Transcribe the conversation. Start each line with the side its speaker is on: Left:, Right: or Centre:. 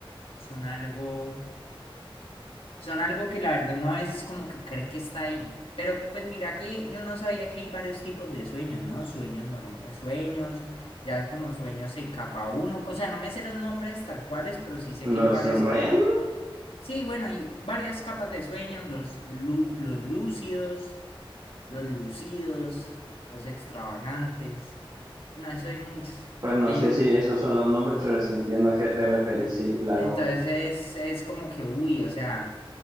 Left: son algo. Son algo que la verdad uno a veces como que cree que está ahí. Pero pues mira que yo no sabía que hay varios tipos de sueños, ¿no? Sueños normales, sueños, ya como sueños de capa uno O sea, no me sé los nombres tal cuales, pero sí sé
Right: Los
Left: que hay varias
Right: REM,
Left: capas. Sí, bueno, hay varias capas de sueños, los, lu- los lúcidos, los lucidos, los extravagantes. Bueno, eso hay muchos.
Right: pues no
Left: Y hay
Right: sé
Left: uno,
Right: si esos son los nombres, pero sí entiendo a qué te referís,
Left: Sí.
Right: sí, claro.
Left: Entonces es como que, uy, o sea,